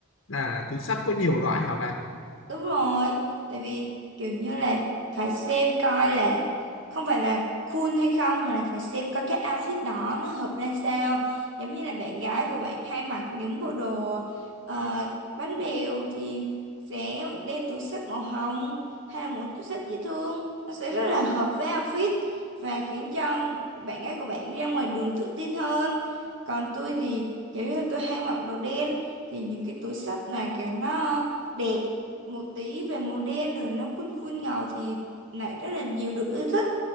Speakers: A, on the left; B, on the right.
A: Là túi xách có nhiều loại hả bạn?
B: Đúng rồi, tại vì kiểu như là phải xem coi là không phải là cool hay không mà là phải xem coi cái outfit đó nó hợp ra sao. Giống như là bạn gái của bạn hay mặc những bộ đồ ờ, bánh bèo thì sẽ đeo túi xách màu hồng hay là một túi xách dễ thương. Nó sẽ rất là hợp với outfit và khiến cho bạn gái của bạn đi ra ngoài đường tự tin hơn. Còn tôi thì giống như là tôi hay mặc đồ đen thì những cái túi xách mà kiểu nó đẹp một tí về màu đen rồi nó khuôn khuôn ngầu thì lại rất là nhiều được yêu thích